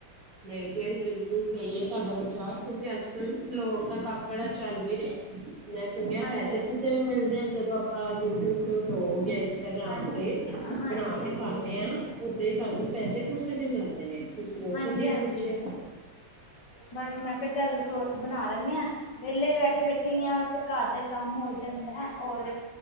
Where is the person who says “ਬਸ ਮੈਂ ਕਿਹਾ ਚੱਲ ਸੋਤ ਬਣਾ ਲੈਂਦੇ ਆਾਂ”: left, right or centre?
Left